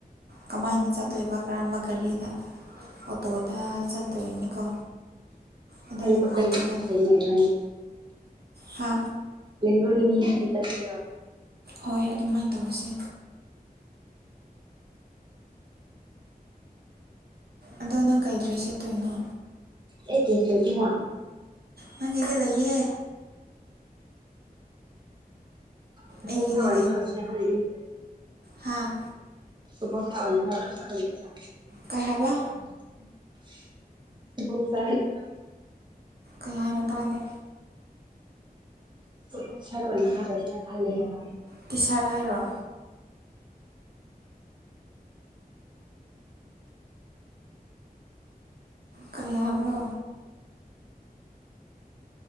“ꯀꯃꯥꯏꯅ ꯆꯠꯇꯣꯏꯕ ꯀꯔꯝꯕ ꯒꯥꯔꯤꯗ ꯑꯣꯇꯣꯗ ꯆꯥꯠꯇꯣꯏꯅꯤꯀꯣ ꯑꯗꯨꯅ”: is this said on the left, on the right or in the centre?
Right